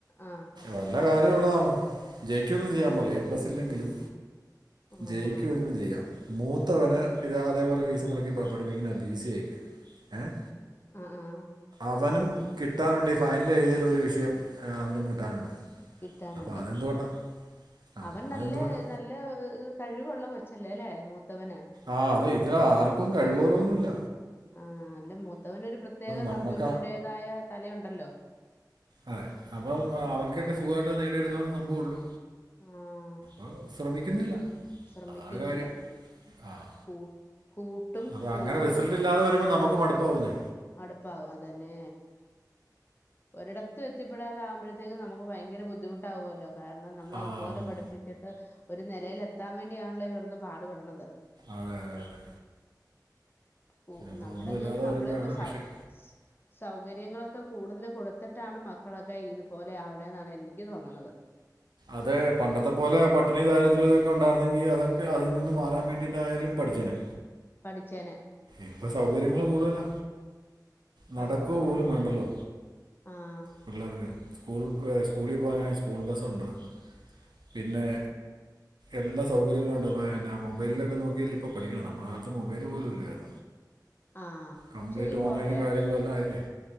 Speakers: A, on the left (about 30°); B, on the right (about 80°).
A: ആഹ
B: വല്ല കാര്യമള്ളതാണോ ജെയക്കൂനൊന്നും ചെയ്യാൻ പോണില്ല എ പ്ലസ് ഇല്ലെങ്കിലും
A: ആഹ്
B: ജയിക്കുവ എങ്ങനും ചെയ്യാം മൂത്തവന് ഇത് അതേപോലെ ഫീസ് മുടക്കി പഠിപ്പിക്കുന്ന ബി സി ആയിക്ക് ഏഹ്
A: ആഹ് ആഹ്
B: അവനും കിട്ടാനുണ്ട് ഈ ഫൈനൽ എഴുതിൽ ഒരു വിഷയം അവനും കിട്ടാനുണ്ട്
A: കിട്ടാനുണ്ട്
B: അപ്പോൾ അതെന്തുകൊണ്ടാണ് ആ
A: അവൻ
B: അതെന്തുകൊണ്ടാണ്
A: നല്ല നല്ല കഴിവുള്ള കൊച്ചല്ലേ അല്ലേ മൂത്തവന്
B: ആഹ് അത ഇതി ആർക്കും കഴിവോ കുറവൊന്നുമല്ല
A: ആഹ് അല്ല മൂത്തവനൊ ഒരു പ്രത്യേക
B: നമ്മക്ക
A: കമ്പ്യൂട്ടറിറേതായ തലയുണ്ടല്ലോ
B: അതെ അപ്പ അവനക്കൊക്കെ സുഖമായിട്ട് നേടിയെടുക്കാവുന്ന സംഭവംള്ളു
A: ആഹ്
B: അൾ ശ്രമിക്കുന്നില്ല
A: ശ്രമിക്കുന്നില്ല
B: അതാണ് കാര്യം ആഹ്
A: കൂ കൂട്ടും
B: അപ്പൊ
A: ഫോണും
B: അങ്ങനെ റിസൾട്ട്
A: ഒ
B: ഇല്ലാതെ വരുമ്പോൾ നമുക്ക് മടുപ്പാവുന്നേ
A: മടുപ്പാവും അതന്നെ ഒരിടത്ത് എത്തിപ്പെടാതെകുമ്പോഴത്തേക്ക നമുക്ക് ഭയങ്ക ബുദ്ധിമുട്ടാവുമല്ലോ കാരണം നമ്മള
B: ആ
A: അതുപോലെ
B: ഉം.
A: പഠിപ്പിച്ചിട്ട് ഒരു നിലെൽത്താൻ വേണ്ടിയാണല്ലോ ഇകെടുന്ന് പാടുപെടണത്
B: അതെ അതെ അതെ
A: കൂ
B: അപ്പൊ
A: നമ്മുടെന്ന്
B: ഒന്നുമില്ലാതെ
A: പറഞ്ഞാൽ നമ്മളിപ്പോ
B: വരുമ്പോഴാണ് വിഷം
A: <unintelligible> സൗകര്യങ്ങളൊക്കെ കൂടുതൽ കൊടുത്തിട്ടാണ് മക്കളൊക്കെ ഇതുപോലെ ആവണെന്നാണ് എനിക്ക് തോന്നണുന്നത്
B: അതെ പണ്ടത്തെ പോലെ പട്ടണി ദാരിദ്ര്ം ഇതൊക്കെ ഉണ്ടായിരുന്നെങ്കി അതൊക്കെ അതിൽ നിന്നന്ന് മാറാൻ വേണ്ടിയിട്ടായാലും പഠിച്ചേനെ
A: പഠിച്ചേന
B: ഇപ്പ സൗകര്യങ്ങള്ൾ കൂടുതല നടക്ക
A: ആഹ് അതാ
B: പോലും വേണ്ടല്ലോ
A: ആഹ്
B: പിള്ളേർക്ക് സ്കൂൾ സ്കൂളി പോകാനാണെ സ്കൂൾ ബസ്സുണ്ട് പിന്നേ എല്ലാ സൗകര്യങ്ങളുണ്ട് പ്പന്ന മൊബൈലിലൊക്കെ നോക്കിയല്ലെ ഇപ്പൊ പഠിക്കണെ നമ്മുടെ കാലത്ത് മൊബൈല് പോലും ഇല്ലായിരുന്നു
A: ആഹ്
B: കംപ്ലീറ്റ്
A: പക്ഷേ ഈ
B: ഓൺലൈനും
A: കൊറയെ
B: കാര്യങ്ങളും എല്ലാം ആയില്ലേ